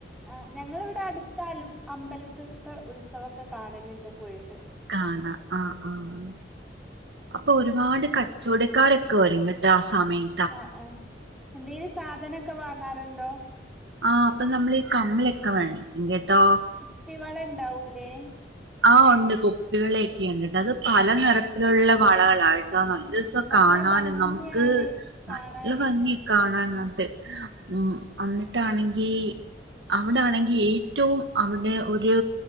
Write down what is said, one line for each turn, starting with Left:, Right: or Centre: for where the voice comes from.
Centre: ആഹ് ഞങ്ങളിവിടെ അടുത്താലും അമ്പൽത്തി ത്തെ ഉത്സവൊക്കെ കാണലുണ്ട് പോയിട്ട്
Right: കാണ ആഹ് ആഹ് അപ്പൊ ഒരുപാട് കച്ചവടക്കാരൊക്കെ വരുങ്ങിട്ട് ആ സമയം
Centre: ആഹ് ആഹ് എന്തെലും സാധനൊക്കെ വാങ്ങാറുണ്ടോ
Right: ആഹ് അപ്പൊ നമ്മളീ കമ്മിലൊക്കെ വാങ്ങിക്കു കേട്ടോ
Centre: കുപ്പി വള ഇണ്ടാവൂലേ
Right: ആ ഉണ്ട് കുപ്പിവളൊക്കെയ ഉണ്ട്അത് പല നെറത്തിലുള്ള വളകളായി നല്ല ദിവസം
Centre: നല്ല
Right: കാണൻ
Centre: ഭംഗിയാണ്
Right: നമുക്ക്
Centre: കാണാന്.
Right: നല്ല ഭംഗി കാണാനിട്ട് ഉം എന്നന്നിട്ടാണെങ്കി അവിടാണെങ്കി ഏറ്റവും അവിടെ ഒരു